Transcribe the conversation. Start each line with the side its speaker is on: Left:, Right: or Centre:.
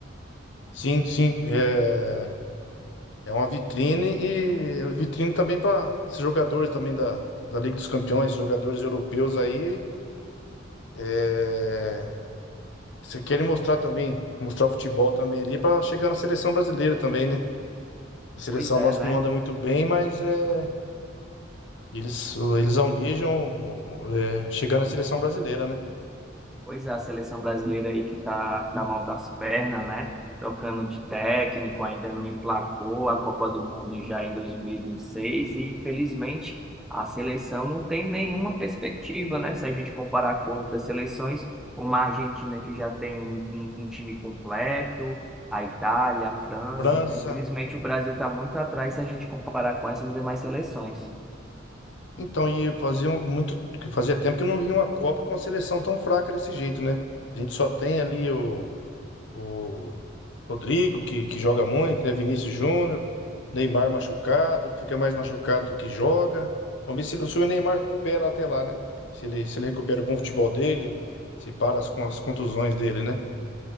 Left: Sim, sim. É, é uma vitrine e é vitrine também para esses jogadores também da, da Liga dos Campeões, esses jogadores europeus aí. É, se querem mostrar também, mostrar o futebol também ali para chegar na seleção brasileira também, né? A seleção
Centre: Pois é,
Left: nossa
Centre: né?
Left: não anda muito bem, mas é. Eles, eles almejam é, chegar na seleção brasileira, né?
Centre: Pois é, a seleção brasileira aí que tá, tá mal das pernas, né? Trocando de técnico, ainda não emplacou a Copa do Mundo já em 2026 e, vinte e seis e, infelizmente, a seleção não tem nenhuma perspectiva, né? Se a gente comparar com outras seleções, como a Argentina que já tem um, um- um time completo, a Itália, a França.
Left: França.
Centre: Então, infelizmente, o Brasil está muito atrás se a gente comparar com essas demais seleções.
Left: Então, e fazia muito, fazia tempo que eu não via uma Copa com a seleção tão fraca desse jeito, né? A gente só tem ali o, o Rodrigo, que, que joga muito, né? Vinícius Júnior, Neymar machucado, fica mais machucado do que joga. Vamos ver se, ele- se o Neymar recupera até lá, né? Se ele, se ele recupera o bom futebol dele, se para as, con- as contusões dele, né?